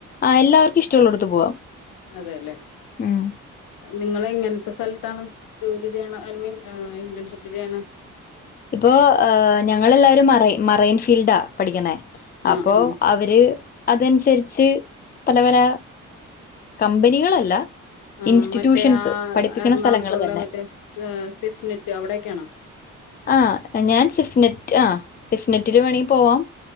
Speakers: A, on the left (about 30°); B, on the left (about 75°).
A: ആ എല്ലാവർക്കും ഇഷ്ടമുള്ളടത്ത് പോവാം
B: അതെല്ലേ
A: ഉം
B: നിങ്ങള എങ്ങന ഇ സ്ഥലത്താണ് ജോലി ചെയ്യണ ഐമീൻ ഇന്റേൺഷിപ്പ് ചെയ്യണ
A: ഇപ്പൊ ഞങ്ങളെല്ലാവരും മറ മറൈൻ ഫീൽഡാ പഠിക്കുന്നേ അപ്പോ
B: ആഹ് ആഹ്
A: അവര് അതനുസരിച്ച് പല പല കമ്പനികളല്ല
B: ആ
A: ഇൻസ്റ്റിറ്റ്യൂഷൻസ്
B: മറ്റേ ആ
A: പഠിപ്പിക്കണ
B: എറണാകുളത്തുള്ള
A: സ്ഥലങ്ങൾ തന്നെ
B: മറ്റേ സിഫ്നെറ്റ് അവിടെൊക്കെയാണോ
A: ആ ഞാൻ സിഫ്നെറ്റ് ആ സിഫ്നെറ്റിന്റെ വേണേ പോവാം